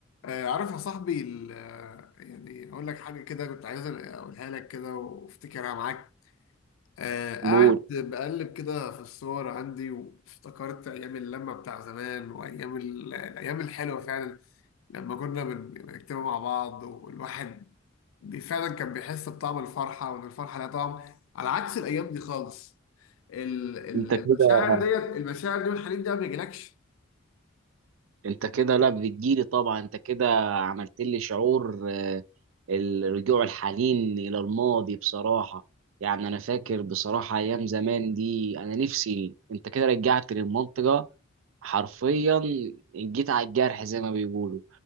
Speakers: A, on the left; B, on the right.
A: آه، عارف يا صاحبي ال- آه، يعني اقول لك حاجه كده كنت عايز اقولها لك كده وافتكرها معاك آه، قاعد
B: قول
A: بقلب كده في الصور عندي وافتكرت ايام اللمه بتاع زمان وايام ال- الايام الحلوه فعلا لما كنا بن- بنكتبها مع بعض والواحد بي- فعلا كان بيحس بطعم الفرحه وان الفرحه لها طعم على عكس الايام دي خالص ال- ال-
B: انت كده
A: المشاعر ديت المشاعر دي والحنين ده ما بيجيلكش
B: انت كده لا بتجيلي طبعا انت كده عملت لي شعور آه، الرجوع الحنين الى الماضي بصراحه يعني انا فاكر بصراحه ايام زمان دي انا نفسي انت كده رجعت للمنطقه حرفيا جيت على الجرح زي ما بيقولوا